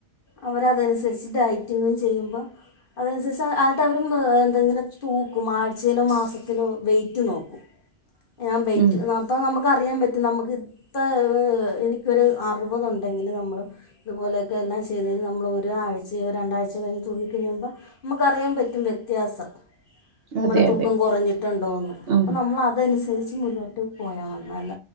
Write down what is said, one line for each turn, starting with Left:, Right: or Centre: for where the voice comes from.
Left: അവര അതൻസരിച്ച് ഡയറ്റിങ്ങും ചെയ്യുമ്പോ അതനുസരിച്ച് ആട്ട് അവര് മ് എന്ത ങ്ങനെ തൂക്കും ആഴ്ചയിലൊ മാസത്തിലും വെയ്റ്റ് നോക്കും ഞാൻ ബെറ്റ്
Right: ഉം
Left: അപോ നമക്ക് ക്ക അറിയാപറ്റും നമുക്ക് ഇപ്പൊ എനിക്കൊരു അറുപത് ഉണ്ടെങ്കില് നമമൾ ഇതുപോലെ ഒക്കെ എല്ലാം ചെയ് കഴഞ്ഞാൽ നമ്മൾ ഒരാഴ്ചയോ രണ്ടാഴ്ച കഴഞ്ഞ് തുകി കഴിയുമ്പോൾ നമുക്കറിയാൻ പറ്റും വ്യത്യാസം
Right: അതെ
Left: മ്മടെ, തൂക്കം,
Right: അതെ
Left: കൊറഞ്ഞിട്ടുണ്ടോന്ന്, അപ്പൊ,
Right: ഉം
Left: നമ്മള് അതനുസരി ച്ച്, മുന്നോട്ട്, പോയാ മതി. നല്ല,